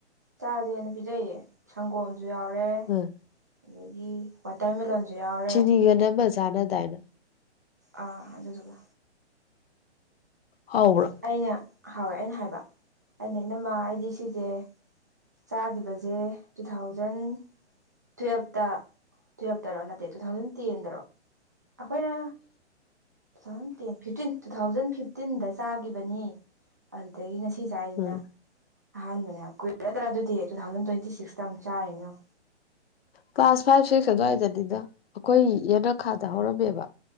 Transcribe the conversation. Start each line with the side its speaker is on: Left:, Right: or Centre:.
Right: ꯆꯥꯖꯦꯅ ꯄꯤꯖꯩꯌꯦ ꯁꯪꯒꯣꯝ ꯖꯨ ꯌꯥꯎꯔꯦ
Left: ꯎꯝ
Right: ꯑꯗꯒꯤ ꯋꯥꯇꯔꯃꯦꯜꯂꯣꯟꯖꯨ ꯌꯥꯎꯔꯦ
Left: ꯆꯤꯅꯤꯒ ꯅꯝꯃ ꯆꯥꯟꯅꯗꯥꯏꯅ
Right: ꯑꯥ ꯑꯗꯨꯗꯨꯒ
Left: ꯍꯥꯎꯕ꯭ꯔꯣ
Right: ꯑꯩꯅ ꯍꯥꯎꯋꯦ ꯑꯩꯅ ꯍꯥꯏꯕ ꯑꯩꯅ ꯏꯅꯝꯃ ꯑꯩꯗꯤ ꯁꯤꯖꯦ ꯆꯥꯈꯤꯕꯖꯦ ꯇꯨ ꯊꯥꯎꯖꯟ ꯇꯨꯌꯦꯜꯞꯇ ꯇꯨꯌꯦꯞꯇꯔꯣ ꯅꯠꯇꯦ ꯇꯨ ꯊꯥꯎꯖꯟ ꯇꯦꯟꯗꯔꯣ ꯑꯈꯣꯏꯅ two thousand ten fifteen two thousand ꯐꯤꯐꯇꯤꯟꯗ ꯆꯥꯒꯤꯕꯅꯤ ꯑꯗꯩꯩ ꯉꯁꯤ ꯆꯥꯏꯖꯤꯅ
Left: ꯎꯝ
Right: ꯑꯍꯥꯟꯕꯅꯦ ꯍꯥꯏꯕ ꯀꯨꯏꯔꯗ꯭ꯔ ꯑꯗꯨꯗꯤ ꯇꯨ ꯊꯥꯎꯖꯟ ꯇ꯭ꯋꯦꯟꯇꯤ ꯁꯤꯛꯁꯇꯃꯨꯛ ꯆꯥꯔꯤꯅꯦ ꯌꯦꯡꯉꯣ
Left: ꯀ꯭ꯂꯥꯁ ꯐꯥꯏꯚ ꯁꯤꯛꯁ ꯑꯗ꯭ꯋꯥꯏꯗꯅꯤꯗ ꯑꯈꯣꯏ ꯌꯦꯅꯈꯥꯗ ꯍꯧꯔꯝꯃꯦꯕ